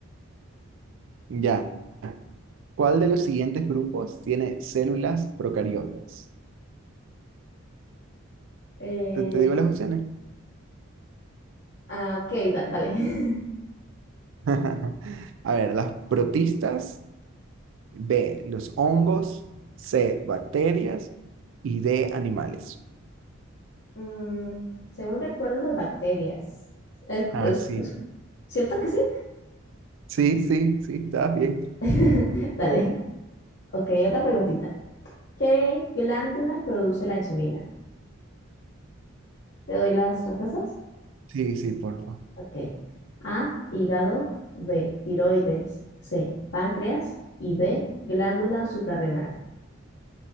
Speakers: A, on the right (about 65°); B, on the left (about 55°).
A: Ya. ¿Cuál de los siguientes grupos tiene células procariotas?
B: Eh,
A: ¿Te, te digo las opciones?
B: ah, ok, da- dale. <laughs>
A: <laughs> A ver, las protistas, B, los hongos, C, bacterias y D, animales.
B: Mm, según recuerdo, las bacterias. Eh,
A: Ah,
B: es-
A: sí.
B: es- ¿cierto que sí?
A: Sí, sí, sí, está bien.
B: <laughs> Dale. Ok, otra preguntita. ¿Qué glándula produce la insulina? ¿Te doy las respuestas?
A: Sí, sí, porfa.
B: Ok. A, hígado, B, tiroides, C, páncreas y D, glándula suprarrenal.